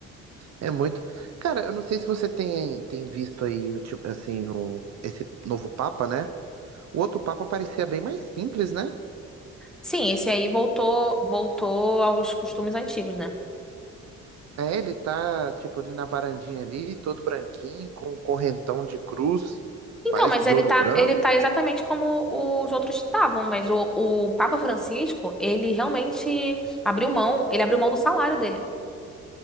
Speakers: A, on the right; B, in the centre.
A: É muito. Cara, eu não sei se você tem, tem visto aí, o tipo, assim, o, esse novo Papa, né? O outro Papa parecia bem mais simples, né?
B: Sim, esse aí voltou, voltou aos costumes antigos, né?
A: É, ele tá, tipo, ali na varandinha ali, todo branquinho, com um correntão de cruz,
B: Então,
A: parece
B: mas ele
A: de ouro
B: tá,
A: branco.
B: ele tá exatamente como os outros estavam, mas o, o Papa Francisco, ele realmente abriu mão, ele abriu mão do salário dele.